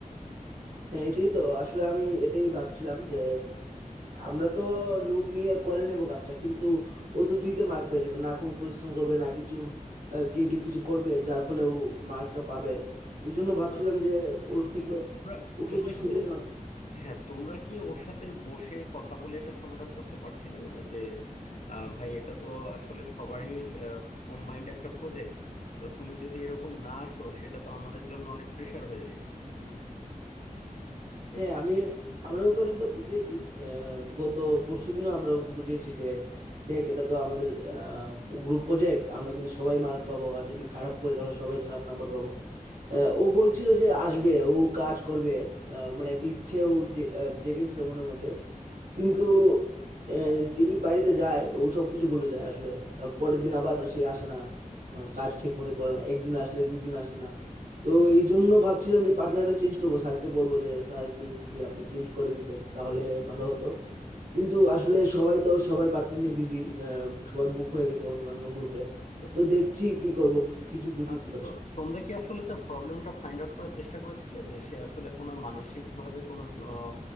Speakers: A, on the right; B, on the left.
A: হ্যাঁ এটাই তো আসলে আমি এটাই ভাবছিলাম যে আমরা তো লোড নিয়ে করে নেব কাজটা কিন্তু ও তো ফ্রিতে মার্ক পেয়ে যাবে না কোনো পরিশ্রম করবে না কিছু ক্রিয়েটিভ কিছু করবে যার ফলে ও মার্কটা পাবে এই জন্য ভাবছিলাম
B: আহ,
A: যে ওর থেকে
B: তো তোমরা
A: ওকে
B: তোমরা
A: একটু
B: কি
A: সরিয়ে নেওয়া যায়।
B: হ্যাঁ তোমরা কি ওর সাথে বসে কথা বলে এটা সমাধান করতে পারছিলে না যে আহ, ভাই এটা তো আসলে সবারই কম্বাইন্ড একটা প্রজেক্ট তো তুমি যদি এরকম না আসো সেটা তো আমাদের জন্য অনেক প্রেশার হয়ে যায় তো
A: হ্যাঁ আমি
B: সেই
A: আমরা ওকে অনেকবার বুঝিয়েছি আহ, গত পরশুদিনও আমরা ওকে বুঝিয়েছি যে দেখ এটা তো আমাদের গ্রুপ প্রজেক্ট আমরা কিন্তু সবাই মার্ক পাবো আর যদি খারাপ করে তাহলে সবাই খারাপ নাম্বার পাবো আহ, ও বলছিল যে আসবে ও কাজ করবে আহ, মানে একটা ইচ্ছে ও জে- আহ, জেগেছিল মনের মধ্যে কিন্তু
B: আচ্ছা
A: আহ, যেই বাড়িতে যায় ও সবকিছু বলে যায় আসলে আহ, পরের দিন আবার সে আসে না আহ, কাজ ঠিক মতো করে না একদিন আসলে দুই দিন আসে না তো এই জন্য ভাবছিলাম যে পার্টনারটা চেঞ্জ করবো স্যারকে বলবো যে স্যার একটু যদি আপনি চেঞ্জ করে দিতেন তাহলে ভালো হতো কিন্তু আসলে
B: আচ্ছা,
A: সবাই তো সবার পার্টনার নিয়ে বিজি সবাই বুক হয়ে গেছে অন্য অন্য গ্রুপে
B: তো
A: তো দেখছি কি করব কিন্তু কিছু বুঝে
B: আহ,
A: উঠতে পারছি
B: তো
A: না
B: তোমরা কি আসলে তার প্রবলেমটা ফাইন্ড আউট করার চেষ্টা করেছিলে যে সে আসলে কোনো মানসিক ভাবে কোনো আহ,